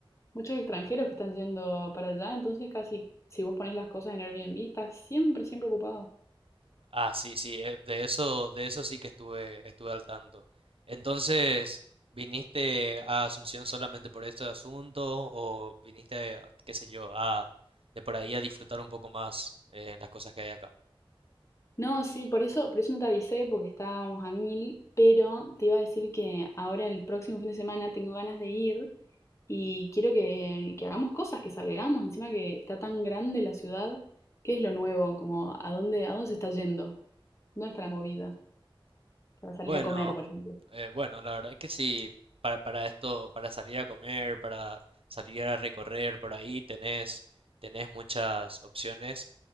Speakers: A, on the left (about 30°); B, on the right (about 80°).
A: Muchos extranjeros que están yendo para allá. Entonces, casi si vos pones las cosas en Airbnb, estás siempre, siempre ocupado.
B: Ah, sí, sí, eh, de eso, de eso sí que estuve, estuve al tanto. Entonces, ¿viniste a Asunción solamente por este asunto o viniste, qué sé yo, a de por ahí a disfrutar un poco más eh, en las cosas que hay acá?
A: No, sí, por eso, por eso no te avisé porque estábamos a mil, pero te iba a decir que ahora el próximo fin de semana tengo ganas de ir y quiero que, que hagamos cosas, que salgamos, encima que está tan grande la ciudad, ¿qué es lo nuevo? Como, ¿a dónde, a dónde se está yendo? ¿Dónde está la movida? Para salir
B: Bueno,
A: a comer, por ejemplo.
B: eh, bueno, la verdad que sí, para, para esto, para salir a comer, para salir a recorrer por ahí, tenés, tenés muchas opciones.